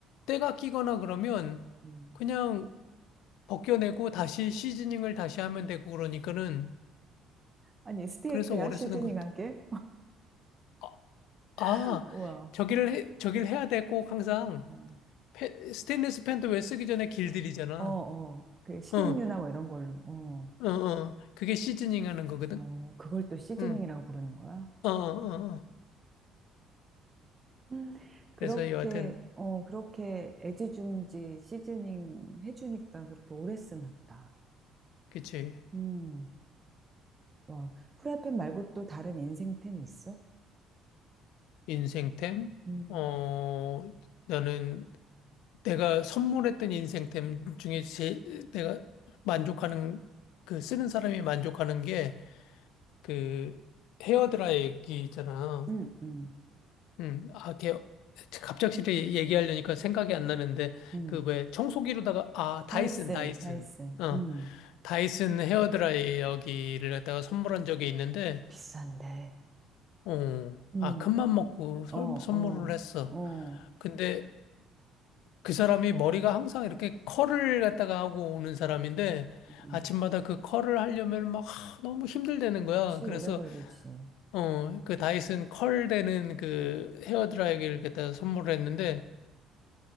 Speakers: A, on the left; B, on the right.
A: 때가 끼거나 그러면
B: 음.
A: 그냥 벗겨내고 다시 시즈닝을 다시 하면 되고 그러니까는
B: 아니, 스테이크야?
A: 그래서 오래
B: 시즈닝하게?
A: 쓰는 것 같아. 아, 아,
B: <laughs> 우와.
A: 저기를 해, 저기를 해야 돼 꼭 항상.
B: 어,
A: 펜- 스테인리스 펜도 왜 쓰기 전에 길들이잖아.
B: 어, 어. 그 식용유나
A: 어, 어,
B: 뭐 이런 걸로. 어,
A: 어. 그게 시즈닝 하는 거거든.
B: 어, 그걸 또 시즈닝이라고
A: 응.
B: 부르는 거야?
A: 어, 어, 어.
B: 음.
A: 그래서
B: 그렇게,
A: 여하튼,
B: 어, 그렇게 애지중지 시즈닝 해주니까 그렇게 오래 쓰나 보다.
A: 그치.
B: 음, 와. 프라이팬 말고 또 다른 인생템 있어?
A: 인생템?
B: 음,
A: 어, 나는 내가 선물했던 인생템 중에 제, 내가 만족하는, 그 쓰는 사람이 만족하는 게 그 헤어드라이기 있잖아.
B: 음, 음,
A: 음, 아, 걔, 갑작스레 얘기하려니까 생각이 안 나는데,
B: 음.
A: 그 왜 청소기로다가, 아,
B: 다이슨,
A: 다이슨, 다이슨.
B: 다이슨.
A: 어,
B: 음,
A: 다이슨 헤어드라이어기를 갖다가 선물한 적이 있는데,
B: 비싼데.
A: 어,
B: 음,
A: 아, 큰맘 먹고 설-
B: 어, 어,
A: 선물을 했어.
B: 어.
A: 근데 그 사람이 머리가 항상 이렇게 컬을 갖다가 하고 오는 사람인데
B: 음,
A: 아침마다 그 컬을 하려면 막 하, 너무 힘들다는 거야.
B: 그치,
A: 그래서
B: 오래 걸리지.
A: 어, 그 다이슨 컬 되는 그 헤어드라이기를 갖다가 선물을 했는데